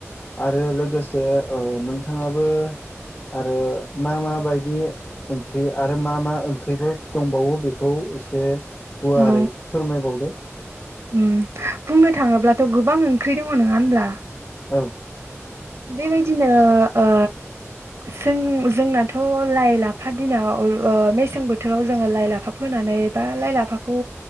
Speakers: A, on the left; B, on the right.
A: आरो लोगोसे ओ नोंथां थाङाबो आरो मा म बायदि ओंख्रि आरो मा मा ओंख्रिफोर दंबावो बेखौ एसे गुवारै
B: औ
A: फोरमायबावदो
B: उम बुंनो थाङोब्लाथ' गोबां ओंख्रि दङ नङा होनब्ला।
A: औ
B: देबायदिनो ओ
A: <unintelligible>
B: जों जोंनाथ' लाइ लाफा दिनाव ओ मेसें बोथोराव जोङो लाइ लाफा फोनानै बा लाइ लाफाखौ